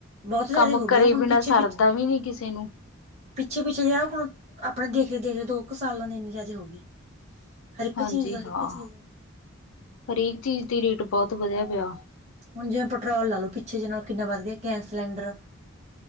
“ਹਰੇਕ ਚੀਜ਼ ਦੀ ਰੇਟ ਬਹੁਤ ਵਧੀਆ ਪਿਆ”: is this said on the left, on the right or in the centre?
Left